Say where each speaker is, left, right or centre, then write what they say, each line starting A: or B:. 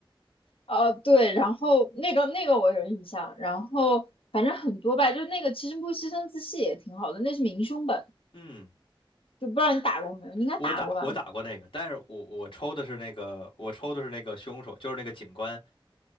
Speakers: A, on the left; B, on the left.
A: 呃，对，然后那个那个我有印象，然后反正很多吧，就那个其实不牺牲自戏也挺好的，那是明凶本。
B: 嗯，
A: 就不知道你打过没有，你应该打过吧？
B: 我打我打过那个，但是我我抽的是那个我抽的是那个凶手，就是那个警官。